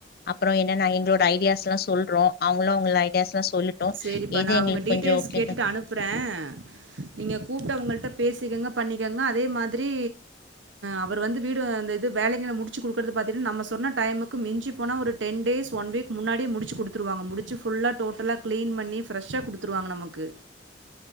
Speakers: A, on the left; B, on the right.
A: அப்றோ என்னனா எங்ளோட ஐடியாஸ்ல்லா சொல் ரோ அவுங்களு அவுங்க ஐடியாஸ்ல்லா சொல்லுட்டு
B: சரிப்பா
A: எது
B: நான்
A: எங்களுக்கு
B: அவங்க டீட்டெயில்ஸ்
A: கொஞ்சோ கேக்க
B: கேட்டுட்டு அனுப்புறேன். நீங்க கூப்டு அவங்கள்ட்ட பேசிக்கங்க பண்ணிக்கங்க அதே மாதிரி அவர் வந்து வீடு அந்த இது வேலைகள முடிச்சு குடுக்கறத பாத்திங்னா நம்ம சொன்ன டைமுக்கு மிஞ்சி போனா ஒரு டென் டேஸ் ஒன் வீக் முன்னாடி முடிச்சு கொடுத்துருவாங்க முடிச்சு புல்லா டோட்டலா கிளீன் பண்ணி ஃபிரஷா கொடுத்துருவாங்க நமக்கு